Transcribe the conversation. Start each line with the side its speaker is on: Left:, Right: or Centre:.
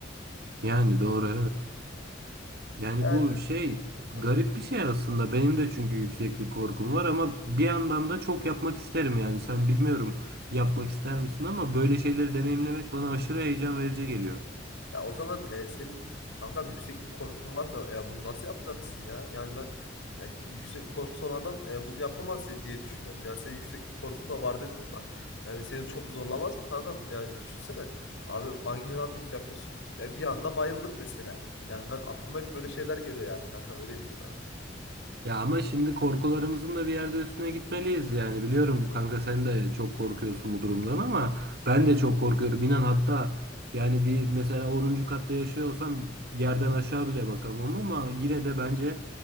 Right: Yani doğru Yani
Left: Yani
Right: bu şey
Left: Dur kankam.
Right: garip bir şey aslında. Benim de çünkü yükseklik korkum var ama bir yandan da çok yapmak isterim yani. Sen bilmiyorum yapmak ister misin ama böyle şeyleri deneyimlemek bana aşırı heyecan verici geliyor.
Left: Ya o zaman e, senin kankam yükseklik korkun varsa e, bunu nasıl yapacaksın ya? Yani ben ya, yüksek korkusu olan adam e, bunu yapamaz di- diye düşünüyorum. Yani senin yükseklik korkun da var dedin ama yani seni çok zorlamaz mı kankam? Yani düşünsene abi bungee jumping yapıyorsun. Ya bir anda bayıldım mesela. Yani ben aklıma hep böyle şeyler geliyor yani kanka öyle diyeyim sana.
Right: Ya ama şimdi korkularımızın da bir yerde üstüne gitmeliyiz yani. Biliyorum kanka sen de çok korkuyorsun bu durumdan ama ben
Left: Evet.
Right: de çok korkuyorum. İnan hatta yani bir mesela onuncu katta yaşıyor olsam yerden aşağı bile bakamam ama yine de bence